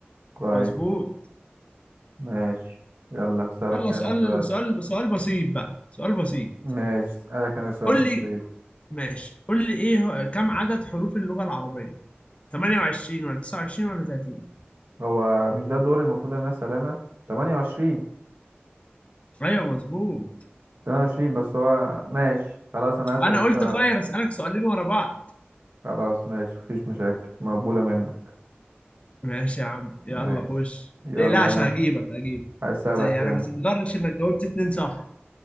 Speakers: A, on the right; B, on the left.
A: كويس
B: مظبوط
A: ماشي يلا أسألك
B: يلا
A: أنا
B: سؤال
A: سؤال
B: سؤال سؤال بسيط بقى سؤال بسيط
A: ماشي أسألك أنا سؤال
B: قول
A: بسيط
B: لي ماشي قول لي ايه هو- كم عدد حروف اللغة العربية 28 ولا 29 ولا 30
A: هو مش ده دوري المفروض إن أنا أسأل أنا؟ 28
B: ايوه مظبوط
A: 28 بس هو ماشي خلاص أنا أسأل
B: انا
A: السؤال
B: قلت غير اسالك سؤالين ورا بعض
A: خلاص ماشي مفيش مشاكل مقبولة منك
B: ماشي يا عم يلا
A: ماشي
B: خش
A: يلا
B: تقلقش
A: أنا
B: هجيبك هجيبك
A: هسألك
B: بس يعني
A: يعني
B: ما تتغرش انك جاوبت اتنين صح